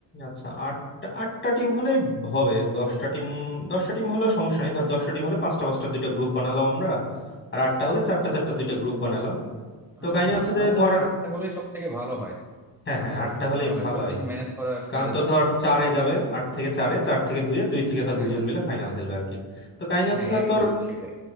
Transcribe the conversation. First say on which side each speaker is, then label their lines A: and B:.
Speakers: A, on the left (about 25°); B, in the centre.
A: আচ্ছা আটটা আটটা টিম হলেই হবে দশটা টিম দশটা টিম হলেও সমস্যা নেই ধর দশটা টিম হলে পাঁচটা পাঁচটা দুইটা গ্রুপ বানালাম আমরা আর আটটা হলে চারটা চারটা দুইটা গ্রুপ বানালাম
B: আহ,
A: তো কাহিনী হচ্ছে যে
B: আমার
A: ধর
B: মনে হয় আটটা হলে সব থেকে ভালো হয়
A: হ্যাঁ হ্যাঁ
B: আটটা
A: আটটা
B: হলে সবথেকে
A: হলেই
B: ভালো হয়
A: ভালো
B: সবকিছু
A: হয়
B: ম্যানেজ করা সুবিধা
A: কারণ তো
B: হয়ে
A: ধর
B: যাবে
A: চারে
B: হ্যাঁ
A: যাবে আট থেকে চারে চার থেকে দুয়ে দুই থেকে ধর
B: হ্যাঁ
A: দুইজন
B: হ্যাঁ
A: মিলে ফাইনাল খেলবে আর কি তো কাহিনী হচ্ছে
B: হ্যাঁ
A: ধর
B: এক্স্যাক্টলি
A: তোর
B: সেটাই